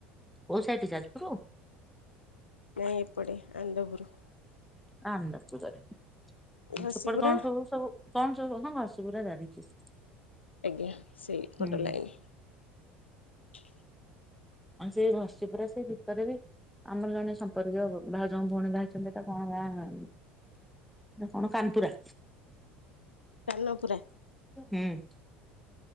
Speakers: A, in the centre; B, on the left.
A: କଉ ସୋଇଠି ଯ ଆାଜପୁର?
B: ନାଇଁ ଏପଡ଼ ଆନ୍ଦ ଗୁରୁ।
A: ନ୍ଦପଜରେ
B: ଘସିପୁରା
A: ଛପଟ କଣ ସବୁ ସବୁ କଣ ସବୁ ହଁ ଘସ ପୁରା ଜାଣିଛି।
B: ଆଜ୍ଞା ସେଇ ଫଟୋ
A: ହୁଁ
B: ଲାଇନି।
A: ଆଉ ସେଇ ଘସିଛି ପୁରା ସେଇ ଭପାରେ ବି ଆମର ଜଣେ ସମ୍ପର୍କୀୟ ଭାଇ ଭାଉଜଙ୍କ ଭଉଣୀ ଭାଇଛନ୍ତି ତା କଣ ହେଲା? ନା କଣ କାନପୁରା।
B: କାନପୁର।।
A: ହୁଁ।